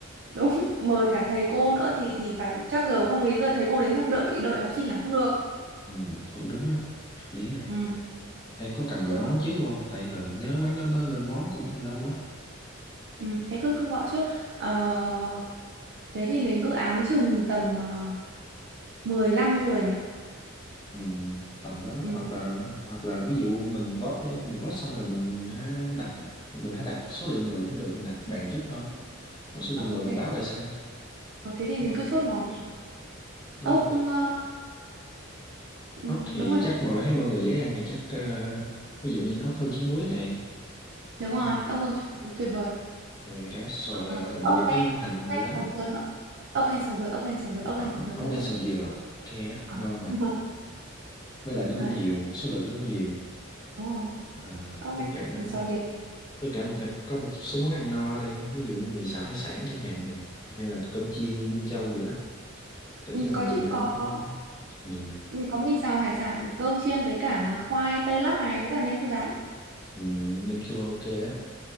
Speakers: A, on the right; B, on the left.
A: đúng, mời cả thầy cô nữa thì thì phải chắc giờ không ý bây giờ thầy cô đến xong đợi đợi học sinh à không được.
B: ừ, cũng đúng á hợp lý nè
A: Ừ,
B: Ê, có cần gọi
A: đó.
B: món trước luôn không tại hờ nhớ quán đó nó lên món cũng hơi lâu quá
A: Ừ, thế cứ cứ gọi trước. Ờ, thế thì mình cứ áng chừng tầm uh, 15 người nhỉ.
B: ừ, tầm đó
A: Ừ,
B: hoặc là hoặc là ví dụ mình vote đi mình vote xong rồi mình ha đặt mình hãy đặt số lượng người cũng được mình đặt bàn trước thôi còn số
A: ờ,
B: lượng người
A: ok.
B: mình báo lại sau
A: Ờ, thế thì
B: đúng
A: mình
B: không
A: cứ chốt món
B: đúng
A: ốc
B: không
A: ờ, ừ,
B: ốc thì
A: đúng rồi
B: chắc
A: đấy.
B: mọi thấy mọi người dễ ăn thì chắc ờ, ví dụ như ốc hương trứng muối này
A: Đúng
B: đúng
A: rồi,
B: không
A: ốc hương chuối tuyệt vời.
B: rồi cá sò
A: Ờ,
B: ờ, điệp
A: ốc len,
B: nước mắm hành
A: ốc
B: gì
A: len
B: đó
A: 6 giờ nữa. Ốc len 6 giờ, ốc len 6 giờ, ốc
B: à
A: len 6
B: ốc
A: giờ
B: ốc
A: tôi
B: len
A: thích.
B: sầu dừa ok á
A: Ờ.
B: ngon mà
A: <laughs>
B: với lại nó cũng
A: Đấy,
B: nhiều số lượng nó cũng nhiều
A: đúng rồi.
B: à,
A: Ốc
B: với
A: len
B: cả
A: sáu giờ, sò điệp
B: với cả mình phải có một số món ăn no ở đây ví dụ như mì xào hải sản chẳng hạn nè hay là cơm chiên Dương Châu gì đó để
A: Ừ,
B: cho mọi
A: có
B: người
A: chứ,
B: ăn
A: có
B: có
A: có
B: nó ừ,
A: ừ, có mì xào hải sản, cơm chiên với cả khoai tây lắc này với cả nem chua rán.
B: ừ, nem chua ok á